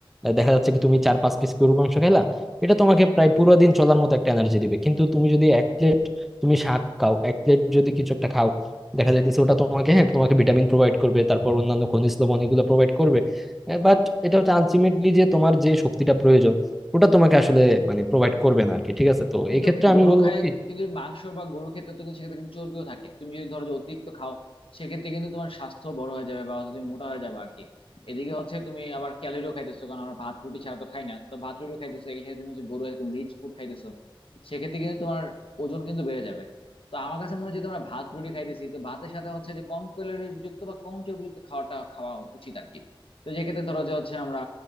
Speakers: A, in the centre; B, on the left.
A: আহ, দেখা যাচ্ছে কি তুমি চার পাঁচ পিস গরুর মাংস খেলা এটা তোমাকে প্রায় পুরো দিন চলার মতো একটা এনার্জি দিবে কিন্তু তুমি যদি এক প্লেট তুমি শাক খাও এক প্লেট যদি কিছু একটা খাও দেখা যাইতেছে ওটা তোমাকে হ্যাঁ তোমাকে ভিটামিন প্রোভাইড করবে তারপর অন্যান্য খনিজ লবণ এগুলো প্রোভাইড করবে বাট এটা হচ্ছে আলটিমেটলি যে তোমার যে শক্তিটা প্রয়োজন ওটা তোমাকে আসলে মানে প্রোভাইড করবে না আর কি ঠিক আছে তো
B: কিন্তু
A: এই ক্ষেত্রে আমি
B: গরু
A: বলবো
B: খায়
A: কি
B: কিন্তু মাংস বা গরু খেতে তো কিন্তু সেক্ষেত্রে কিন্তু চর্বিও থাকে তুমি যদি ধরো যে অতিরিক্ত খাও সেক্ষেত্রে কিন্তু তোমার স্বাস্থ্য বড় হয়ে যাবে বা হচ্ছে তুমি মোটা হয়ে যাবে আর কি এদিকে হচ্ছে তুমি আবার ক্যালোরিও খাইতেছো কারণ আমরা ভাত রুটি ছাড়া তো খাই না তো ভাত রুটিও খাইতেছো এক্ষেত্রে তুমি হচ্ছে গরু একদম রিচ ফুড খাইতেছো সেক্ষেত্রে কিন্তু তোমার ওজন কিন্তু বেড়ে যাবে তো আমার কাছে মনে হচ্ছে তোমরা ভাত রুটি খাইতেছি তো ভাতের সাথে হচ্ছে যে কম ক্যালোরি যুক্ত বা কম চর্বিযুক্ত খাওয়াটা খাওয়া উচিত আর কি তো যেক্ষেত্রে ধরো যে হচ্ছে আমরা